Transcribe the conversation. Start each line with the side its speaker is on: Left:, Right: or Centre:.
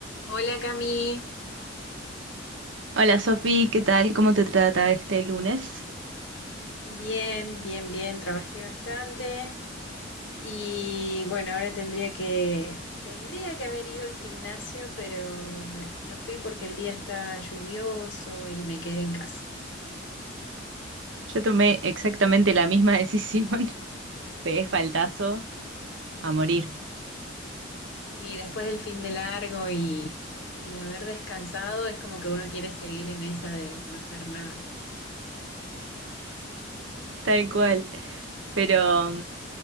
Left: Hola Cami,
Right: Hola Sofi, ¿qué tal? ¿Cómo te trata este lunes?
Left: bien, bien, bien, trabajé bastante y bueno, ahora tendría que, tendría que haber ido al gimnasio, pero bueno, no fui porque el día está lluvioso y me quedé en casa.
Right: Yo tomé exactamente la misma decisión. <laughs> Pegué faltazo a morir,
Left: Sí, después del fin de largo y, y de haber descansado, es como que uno quiere seguir en esa de no hacer nada.
Right: tal cual. Pero